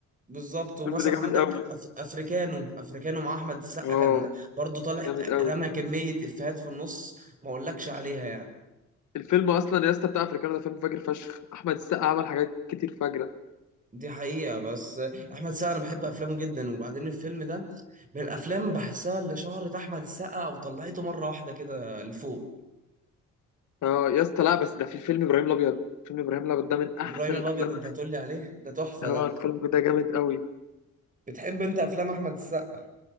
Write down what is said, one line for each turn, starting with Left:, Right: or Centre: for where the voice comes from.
Right: بالظبط ومثلا
Left: الفيلم ده جامد
Right: عندك
Left: قوي
Right: أف... افريكانو افريكانو مع احمد السقا
Left: اه
Right: كان برضو طالع
Left: جامد قوي
Right: رمى كميه افيهات في النص ما اقولكش عليها يعني
Left: الفيلم اصلا يا اسطى بتاع افريكانو ده فيلم فاجر فشخ احمد السقا عمل حاجات كتير فاجره
Right: دي حقيقة بس أحمد السقا أنا بحب أفلامه جدا وبعدين الفيلم ده من الأفلام بحسها اللي شهرت أحمد السقا وطلعته مرة واحدة كده لفوق
Left: اه يا اسطى لا بس ده في فيلم ابراهيم الابيض فيلم ابراهيم الابيض ده من احسن
Right: إبراهيم
Left: الافلام
Right: الأبيض أنت هتقولي عليه ده تحفة
Left: اه
Right: ده
Left: الفيلم ده جامد قوي
Right: بتحب أنت أفلام أحمد السقا